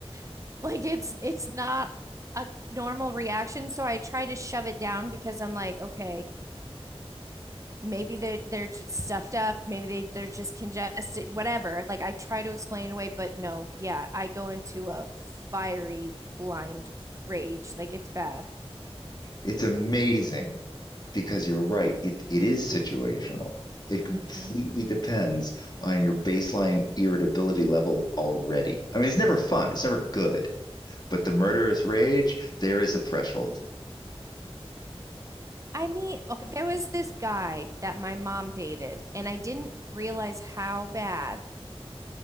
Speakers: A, on the right; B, on the left.
A: <laughs> like it's it's not a normal reaction, so I try to shove it down because I'm like, okay. maybe they're they're stuffed up maybe they they're just congested whatever like i try to explain it away but no yeah i go into a fiery blind rage like it's bad
B: It's amazing because you're right. It, it is situational. It completely
A: hmm
B: depends on your baseline irritability level already. I mean, it's never fun, it's never good, but the murderous rage, there is a threshold.
A: i mean okay, there was this guy that my mom dated and i didn't realize how bad